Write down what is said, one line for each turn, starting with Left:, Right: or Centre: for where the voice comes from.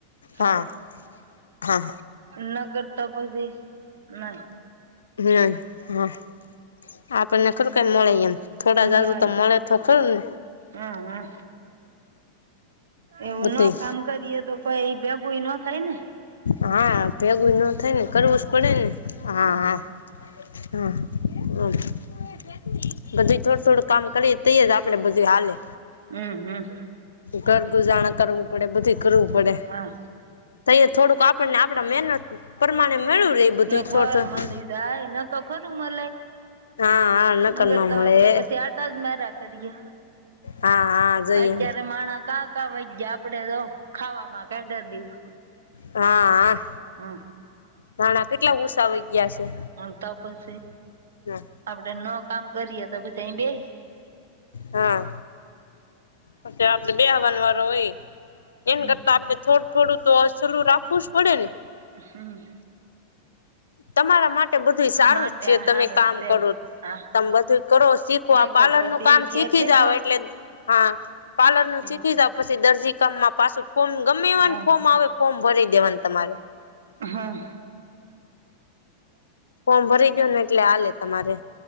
Right: તો
Left: હા
Right: પછી
Left: હા
Right: ન કરતા પછી નહી
Left: હમ હા આપણને ખરું કઈ મળે એમ થોડા જાજુ
Right: નહી
Left: તો મળે તો ખર ને.
Right: હમ હમ એવું
Left: બધું
Right: ન કામ કરીએ તો કોઈ એઈ ભેગુંઈ ન થાય ને.
Left: હા ભેગું ન થાય ને કરવું જ પડે ને. હા
Right: હમ
Left: હા હા હ. બધું થોડું થોડું કામ કરીએ તય આપડે બધું હાલે.
Right: હમ હમ
Left: ઘરગુજાણા કરવું પડે બધું કરવું પડે.
Right: હા
Left: અહીયા થોડુંક આપણને આપડા મહેનત પ્રમાણે મે રહી એ બધું
Right: ફર
Left: થોડ થોડ
Right: મળી જાય ન તો ખરું મળય
Left: હા હા. નકર
Right: નગર
Left: ન
Right: તો
Left: મળે
Right: આપડે પછી આટા જ મેરા કરીએ.
Left: હા હા જઈએ
Right: અત્યારે માણા કા કા વાય જ આપડે તો ખા કેઢર દિવસ.
Left: હા.
Right: હા.
Left: નાના કેટલા ઉસા વા ગયા છે.
Right: હ ત પછી.
Left: હા.
Right: આપડે ન કામ કરીએ તો પછી અહી બેસીએ.
Left: હા પછ આપડે બે આવવાન વારો હોય. એને
Right: હમ
Left: કરતા આપડણે થોડું થોડું તો સલું રાખવું જ પડે ને.
Right: હમ
Left: તમારા માટે બધું સારું
Right: માટે
Left: છે
Right: આ
Left: તમે
Right: હારુ
Left: કામ
Right: છે
Left: કરો
Right: હા
Left: તમે બધું કરો શીખવા
Right: નગર
Left: પાર્લરનું
Right: પછી
Left: કામ શીખી
Right: ઘેર બેઠો
Left: જાવ એટલે હા પાર્લર નું
Right: હમ
Left: શીખીતા પછી દર્જી કામમાં પાછું ફોર્મ ગમે એવાનું
Right: હા
Left: ફોર્મ આવે ફોર્મ ભરી દેવાન તમારે.
Right: હા.
Left: ફોર્મ ભરી ગો ને એટલે આલે તમારે.